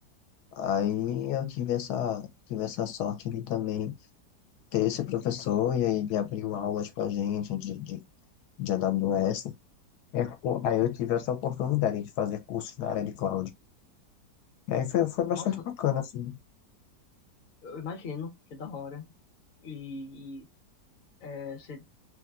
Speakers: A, on the left (about 75°); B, on the left (about 45°).
A: Aí eu tive essa, tive essa sorte de também ter esse professor e aí ele abriu aulas para gente de, de, de AWS. É, pô, Aí eu tive essa oportunidade de fazer curso na área de cloud. E aí foi, foi bastante
B: Nossa,
A: bacana, assim.
B: eu imagino, que da hora. E, e, é, você